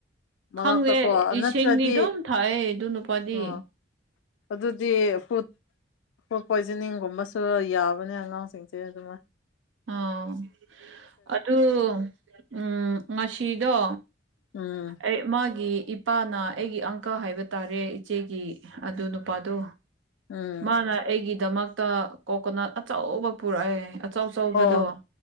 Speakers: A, on the left (about 85°); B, on the right (about 85°).
A: ꯃꯔꯛꯇꯀꯣ
B: ꯈꯪꯗꯦ ꯏꯁꯤꯡꯗꯤ
A: ꯅꯠꯇ꯭ꯔꯗꯤ
B: ꯑꯗꯨꯝ ꯊꯥꯑꯦ ꯗꯨꯅꯨꯄꯥꯗꯤ
A: ꯑꯣ ꯑꯗꯨꯗꯤ ꯐꯨꯗ ꯐꯨꯗ ꯄꯣꯏꯖꯅꯤꯡꯒꯨꯝꯕꯁꯨ ꯌꯥꯕꯅꯦ ꯑꯉꯥꯡꯁꯤꯡꯁꯦ ꯑꯗꯨꯃꯥꯏꯟ
B: ꯑꯣ ꯑꯗꯨ ꯎꯝ ꯉꯁꯤꯗꯣ
A: ꯎꯝ
B: ꯑꯩ ꯃꯥꯒꯤ ꯏꯄꯥꯅ ꯑꯩꯒꯤ ꯑꯪꯀ ꯍꯥꯏꯕ ꯇꯥꯔꯦ ꯏꯆꯦꯒꯤ ꯑꯗꯨ ꯅꯨꯄꯥꯗꯣ
A: ꯎꯝ
B: ꯃꯥꯅ ꯑꯩꯒꯤꯗꯃꯛꯇ ꯀꯣꯀꯣꯅꯠ ꯑꯆꯧꯕ ꯄꯨꯔꯛꯑꯦ ꯑꯆꯧ ꯑꯆꯧꯕꯗꯣ
A: ꯑꯣ